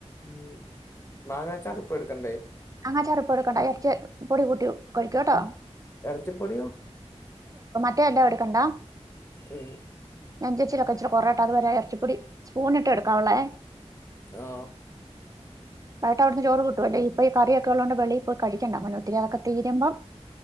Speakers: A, on the left (about 20°); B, on the right (about 30°).
A: ഉ നങ്ങച്ചാത് ഇപ്പ എടുക്കണ്ടേ
B: അങ്ങന ചെറുപ്പൊ എടുക്കണ്ട ഇറച്ച പൊടി കൂട്ടി കഴിക്കൂട്ടോ
A: ഇടച്ചിപ്പൊടിയും
B: ല്ല എവിടുക്കണ്ട
A: ഉ
B: നഞ്ചച്ചിലൊക്കെ ഇച്ചിരി കൊറേട്ട അത് വരെ ഇറച്ചിപ്പൊടി സ്പൂണിട്ട് എടുക്കാവുള്ളേ
A: ആ
B: ബയട്ട് അവിടുന്ന് ചോറ് കിട്ട അല്ല ഇൊ ഈറിയൊക്കെ ഉള്ളോൊ വെളിയി കഴിക്കണ്ട അങ്ങന ഒത്തിരി അൊക്കെ തീരുമ്പം